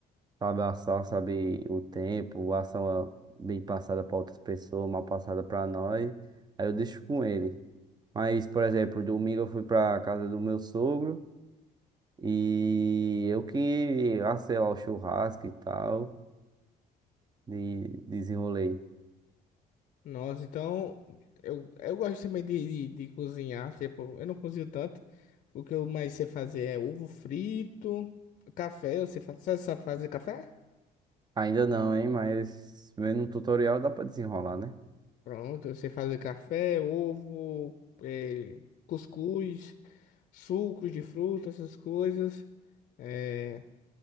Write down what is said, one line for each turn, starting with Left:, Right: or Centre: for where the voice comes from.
Right: sabe assar, sabe o tempo, assa uma bem passada para outras pessoas, mal passada para nós. Aí eu deixo com ele. Mas, por exemplo, domingo eu fui para casa do meu sogro e eu que assei lá o churrasco e tal. de desenrolei.
Left: Nossa, então eu, eu gosto também de, de, de cozinhar, tipo, eu não cozinho tanto. O que eu mais sei fazer é ovo frito, café, eu sei fazer, sabe sabe fazer café?
Right: Ainda não, hein? Mas vendo um tutorial dá pra desenrolar, né?
Left: Pronto, eu sei fazer café, ovo, eh, cuscuz, sucos de fruta, essas coisas. É,